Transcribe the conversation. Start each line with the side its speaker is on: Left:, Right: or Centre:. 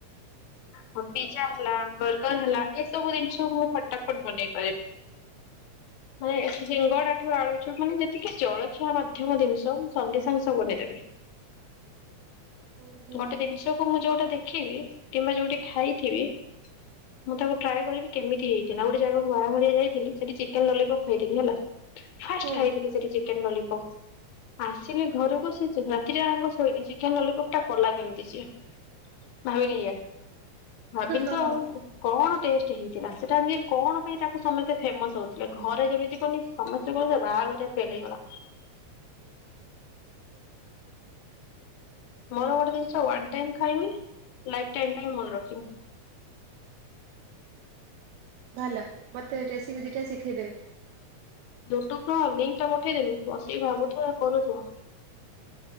Left: ପ ପିଜା ହେଲା, ବର୍ଗର ହେଲା, ଏସବୁ ଜିନିଷକୁ ମୁଁ ଫଟା ଫଟ ବନେଏ। <unintelligible> ମାନ ସିଙ୍ଗଡାଠୁ ଆଳୁଛୁ ମାନେ ଯେତିକି ଜଳଖିଆ ମାଧ୍ୟମ ଜିନିଷ, ମୁ ସଙ୍ଗେ ସାଙ୍ଗେ ସବୁ ବନେଇଦେବି।
Right: ହୁଁ ହୁଁ
Left: ଗୋଟେ ଜିନିଷକୁ ମୁଁ ଯଉଟା ଦେଖିବି କିମ୍ବା ଯଉଠି ଖାଇଥିବି, ମୁଁ ତାକୁ ଟ୍ରାଏ କରିବି କେମିତି ହେଇଥିଲା ଗୋଟେ ଜାଗାକ ବାହାଘରେ ଯାଇଥିଲି, ସେଠି ଚିକେନ ଲଲିପପ ଖାଇଥିଲି ହେଲା। ଫାଷ୍ଟ
Right: ହୁଁ
Left: ଖାଇଥିଲି ସେଠି ଚିକେନ ଲଲିପପ। ଆସିଲି ଘରକୁ ସେ ରାତିରେ ଯାକ ଶୋଇନି। ଚିକେନ ଲଲିପପ ଟା କଲା କେମିତି ସେ ଭାବିଲି ଭାବିନି
Right: ହଁ
Left: ତ ଆଉ
Right: ହଁ।
Left: କଣ ଟେଷ୍ଟ ହେଇଥିଲା ସେଟା ଆମେ କଣ? ତାକୁ ସମସ୍ତେ ଫେମସ ହଉଥିଲେ, ଘରେ ଯେମିତି କନି ସମସ୍ତେ କହିଲେ ବାହାଘର ଫେଲ ହେଇଗଲା। ମୋର ଗୋଟେ ଜିନିଷ ହେଲା ବାଣ୍ଟିକି ଖାଇବି। ଲାଇଫ ଟାଇମ୍ ପାଇଁ ମନେ ରଖିବ।
Right: ଭଲ। ମତେ ରେସିପି ଟିକେ ଶିଖେଇଦେବେ।
Left: ୟୁଟ୍ୟୁବର ଲିଙ୍କଟା ପଠେଇ ଦେବି, ବସିକି ଭାବୁଥିବ। କରୁଥିବ।